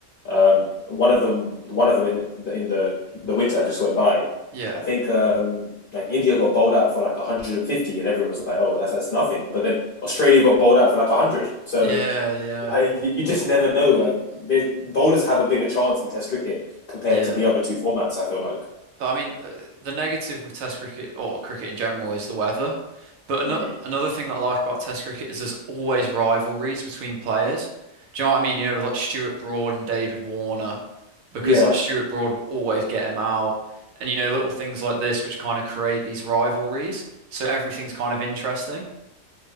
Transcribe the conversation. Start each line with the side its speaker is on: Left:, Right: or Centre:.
Left: um, one of them, one of them in the in the the winter that just went by
Right: yeah,
Left: I think um, like India got bowled out for like 150, and everyone was like, "Oh, that's that's nothing." But then Australia got bowled out for like 100. So
Right: yeah, yeah,
Left: like, you, you just never know. Like bowlers have a bigger chance in Test cricket compared
Right: yeah.
Left: to the other two formats. I feel like.
Right: I mean, uh, the negative with Test cricket or cricket in general is the weather. But ano
Left: hmm
Right: another thing that I like about Test cricket is there's always rivalries between players. Do you know what I mean? You know, with like Stuart Broad and David Warner, because
Left: Yeah, one
Right: like Stuart Broad would always get him out, and you know, little things like this which kind of create these rivalries. So everything's kind of interesting,